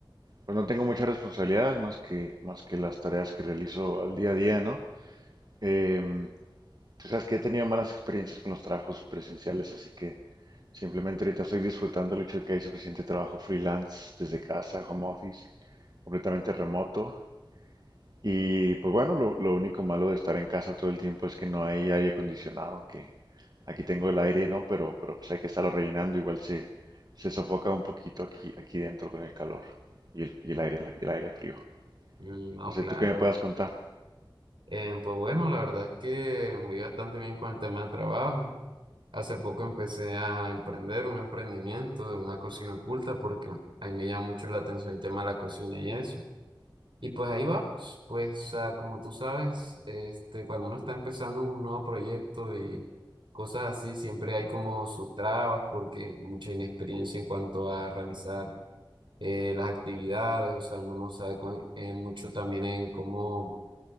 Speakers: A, on the right (about 55°); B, on the right (about 75°).
A: pues no tengo muchas responsabilidades más que más que las tareas que realizo al día a día, ¿no? Em, Tú sabes que he tenido malas experiencias con los trabajos presenciales, así que simplemente ahorita estoy disfrutando el hecho de que hay suficiente trabajo freelance desde casa, home office, completamente remoto. Y pues bueno, lo, lo único malo de estar en casa todo el tiempo es que no hay aire acondicionado, que aquí tengo el aire, ¿no? Pero, pero pues hay que estarlo rellenando, igual se, se sofoca un poquito aquí, aquí dentro con el calor y el, y el aire, el aire frío.
B: Mm, No,
A: No sé,
B: claro.
A: ¿tú qué me puedas contar?
B: Eh, pues bueno, la verdad es que voy bastante bien con el tema del trabajo. Hace poco empecé a emprender un emprendimiento de una cocina oculta porque ahí me llama mucho la atención el tema de la cocina y eso. Y pues ahí va. Pues ah, como tú sabes, este, cuando uno está empezando un nuevo proyecto y cosas así, siempre hay como sus trabas porque mucha inexperiencia en cuanto a realizar eh, las actividades, o sea, uno no sabe co- eh, mucho también en cómo,